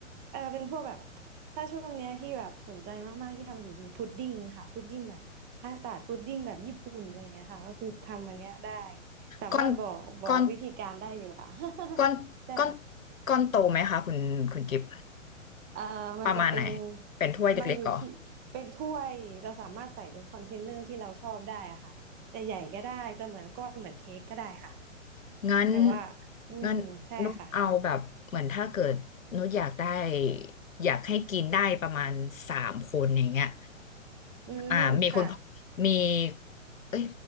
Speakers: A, on the right; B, on the left.
A: เออเป็นพวกแบบถ้าช่วงเนี้ยที่แบบสนใจมากๆที่ทำอยู่คือพุดดิ้งค่ะพุดดิ้งแบบคัสตาร์ดพุดดิ้งแบบญี่ปุ่นอะไรเงี้ยค่ะก็คือทำอันเนี้ยได้สามารถบอกบอกวิธีการได้อยู่ค่ะ
B: ก้อนก้อน ก้อนก้อน
A: <laughs> ใช่
B: ก้อนโตไหมคะคุณคุณกิฟ
A: เอ่อมันจะเป็น
B: ประมาณไหนเป็นถ้วยเล็กๆเหรอ
A: มันอยู่ที่เป็นถ้วยเราสามารถใส่เป็นคอนเทนเนอร์ที่เราชอบได้อะค่ะใหญ่ๆก็ได้จะเหมือนก้อนเหมือนเค้กก็ได้ค่ะ
B: งั้น
A: แต่ว่าอืมใช่ค่ะ
B: งั้นนุกเอาแบบเหมือนถ้าเกิดนุกอยากได้อยากให้กินได้ประมาณสามคนอย่างเงี้ย
A: อืมค่ะ
B: อ่ามีคุณพ่อมีเอ้ย